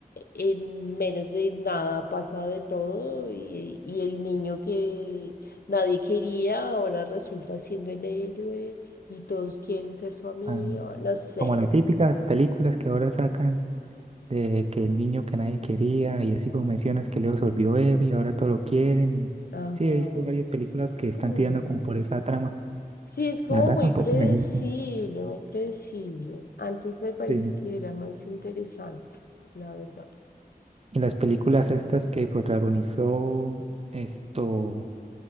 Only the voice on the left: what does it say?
en menos de nada pasa de todo y, y el niño que nadie quería ahora resulta siendo el héroe y todos quieren ser su amigo,
no sé.
Ajá.
Mm.
Sí, es como
muy
predecible,
muy predecible. Antes me parece
que era más interesante, la verdad.